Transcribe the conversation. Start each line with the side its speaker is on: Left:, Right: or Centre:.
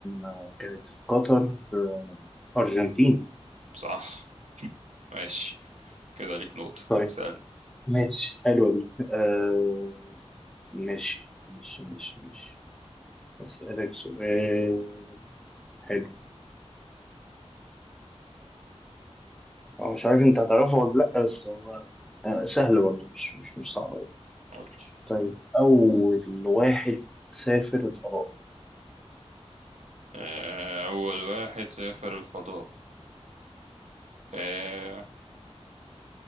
Centre: آه، كانت في قطر آه، ارجنتين
Right: صح ماشي كده ليك نقطة
Centre: طيب
Right: اسألني
Centre: ماشي حلوه دي آه ماشي ماشي ماشي ماشي اسالك سؤال حلو أو مش عارف انت هتعرفه ولا لا بس هو آه، سهل برضه مش مش مش صعب أوي.
Right: قولي
Centre: طيب اول واحد سافر الفضاء
Right: آه، أول واحد سافر الفضاء آه،